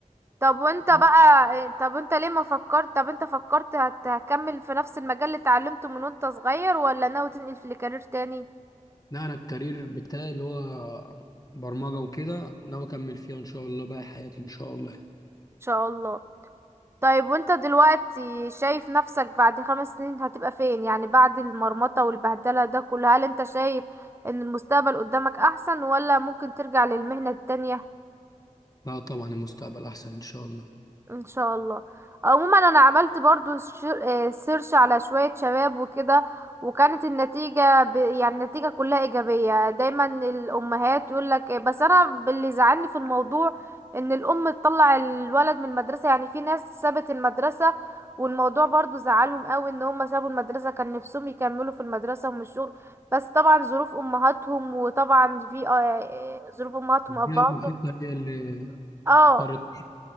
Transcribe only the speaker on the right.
طب وانت
بقى إيه- طب انت ليه ما فكرت طب انت فكرت هت- هتكمل في نفس المجال اللي اتعلمته من وانت صغير ولا ناوي تنقل في الكارير تاني ان
شاء الله طيب وانت دلوقتي شايف نفسك بعد خمس سنين هتبقى فين يعني بعد المرمطة والبهدلة ده كله هل انت شايف ان المستقبل قدامك احسن ولا ممكن ترجع للمهنة التانية
ان شاء الله عموما انا عملت برضو شر- آه، سيرش على شوية شباب وكده وكانت النتيجة ب... يعني النتيجة كلها ايجابية دايما الامهات يقولك آه، بس انا اللي زعلني في الموضوع ان الام تطلع الولد من المدرسة يعني في ناس سابت المدرسة والموضوع برضو زعلهم قوي ان هم سابوا المدرسة كان نفسهم يكملوا في المدرسة ومش الشغل بس طبعا ظروف امهاتهم وطبعا في آه، آه، ظروف امهاتهم وابهاتهم
اه